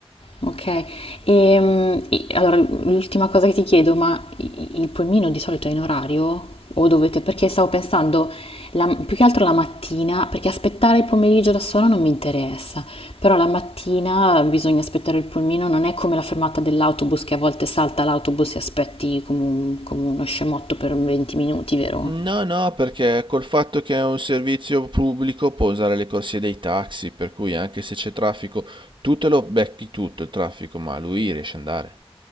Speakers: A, on the left (about 70°); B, on the right (about 50°).
A: Ok, Ehm, e, allora l'ultima cosa che ti chiedo, ma i- il pulmino di solito è in orario? O dovete, perché stavo pensando la- più che altro la mattina, perché aspettare il pomeriggio da sola non mi interessa, però la mattina bisogna aspettare il pulmino, non è come la fermata dell'autobus che a volte salta l'autobus e aspetti come, un- come uno scemotto per 20 minuti, vero?
B: No, no, perché col fatto che è un servizio pubblico può usare le corsie dei taxi, per cui anche se c'è traffico, tu te lo becchi tutto il traffico, ma lui riesce ad andare.